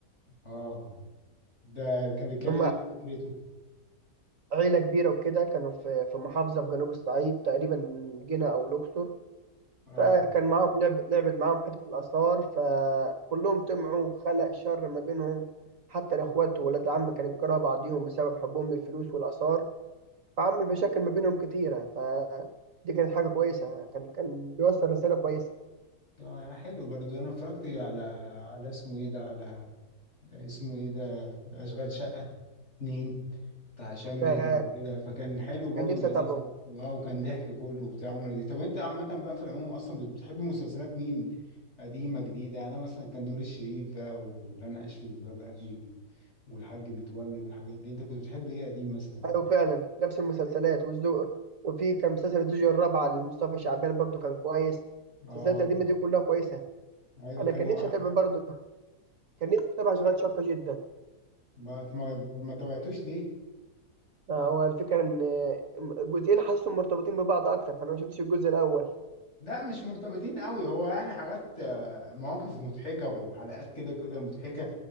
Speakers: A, on the left (about 40°); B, on the right (about 55°).
A: اه ده كان بيتكلم
B: إن
A: ايه
B: هم
A: بقى فكرته
B: عيلة كبيرة وكده كانوا في في محافظة في جنوب الصعيد تقريبا جنة أو الأقصر
A: اه
B: فكان معاهم لعب لعبت معاهم حتة الآثار فكلهم طمعوا خلق شر ما بينهم حتى الإخوات وولاد العم كانوا بيكرهوا بعضيهم بسبب حبهم للفلوس والآثار فعمل مشاكل ما بينهم كتيرة فدي كانت حاجة كويسة كان كان بيوصل رسالة كويسة
A: ده حلو برضو انا اتفرجت على على اسمه ايه ده على اسمه ايه ده اشغال شقه اتنين بتاع هشام ماجد
B: فكان
A: وكده فكان حلو برضه
B: نفسي
A: ولذيذ
B: أتابعه
A: واو كان ضحك كله وبتاع عمر لذيذ طب انت عامة بقى في العموم اصلا بتحب مسلسلات مين قديمة جديدة يعني انا مثلا كان نور الشريف بقى ولن اعيش في جلباب ابي و- والحاج متولي والحاجات دي انت كنت بتحب ايه قديم مثلا
B: ايوه فعلا نفس المسلسلات والذوق وفي كان مسلسل الزوجة الرابعة لمصطفى شعبان برضو كان كويس المسلسلات
A: اه
B: القديمة دي كلها كويسة
A: ايوه
B: انا
A: كانوا
B: كان نفسي
A: أح-
B: اتابع برضو كان نفسي اتابع شغال شاقة جدا
A: ما ما ما تابعتوش ليه
B: آه، هو الفكرة ان الجزئين حاسسهم مرتبطين ببعض اكتر فانا ما شفتش الجزء الاول
A: لا مش مرتبطين قوي هو يعني حاجات آه، مواقف مضحكة وحلقات كده كده مضحكة